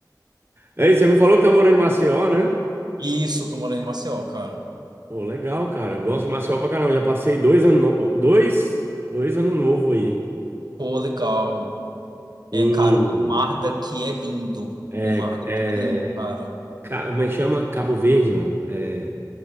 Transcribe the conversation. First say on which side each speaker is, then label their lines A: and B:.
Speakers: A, on the right (about 35°); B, on the right (about 70°).
A: Aí, você me falou que tá morando em Maceió, né?
B: Isso, eu tô morando em Maceió, cara.
A: Pô, legal, cara. Eu gosto de Maceió pra caramba. Já passei dois anos, no- dois, dois anos novo aí.
B: Pô, legal. É,
A: Em,
B: cara, o mar daqui é lindo.
A: é,
B: O mar daqui
A: é,
B: é lindo, cara.
A: ca- como é que chama? Cabo Verde, não. É,